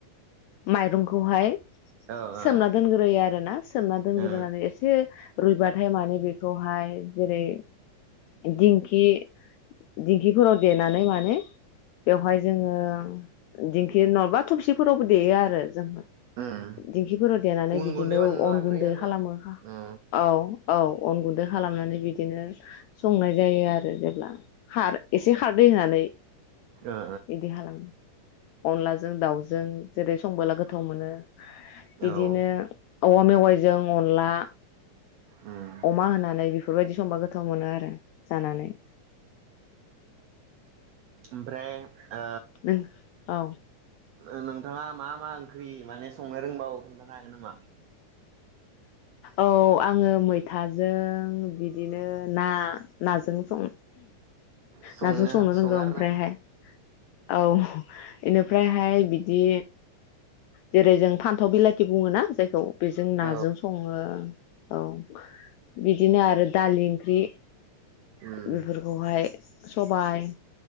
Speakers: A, on the left; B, on the right.
A: माइरंखौहाय
B: ओ
A: सोमना
B: ओ
A: दोनग्रोयो आरो ना सोमना दोनग्रोनानै
B: ओ
A: एसे रुइबाथाय माने बेखौहाय जेरै दिंखि दिंखिफोराव देनानै माने बेवहाय जोङो दिंखि नङाबा थबसिफोरावबो देयो आरो जों
B: उम
A: दिंखिफोराव देनानै
B: उन
A: बिदिनो
B: गुन्दै बानायना
A: अन
B: लाग्रोयो
A: गुन्दै
B: आरो
A: खालामो
B: न' औ
A: औ औ अन गुन्दै खालामनानै बिदिनो संनाय जायो आरो जेब्ला खार एसे खारदै होनानै
B: ओ
A: बिदि हालां अनदलाजों दाउजों जों जेरै संबोला गोथ गोथाव मोनो बिदिनो
B: ओ औ
A: औवा मेवाइजों अनला
B: उम
A: अमा होनानै बिख बेफोरबायदि संबा गोथाव मोनो आरो जानानै
B: ओमफ्राय ओ
A: नों औ
B: नो नोंथाङा मा मा ओंख्रि माने संनो रोंबावो खोन्थानो हागोन नामा?
A: औ आङो मैथाजों बि बिदिनो ना नाजों सं
B: संनो
A: नाजों रोंगौ
B: सङो आरोना
A: ओमफ्रायहाय औ इनिफ्रायहाय बिदि जेरै जों फान्थाव बिलाथि बुङो ना जायखौ बेजों नाजों
B: औ
A: सङो ब औ बिदिनो आरो दालि ओंख्रि
B: उम
A: बेफोरखौहाय सबाय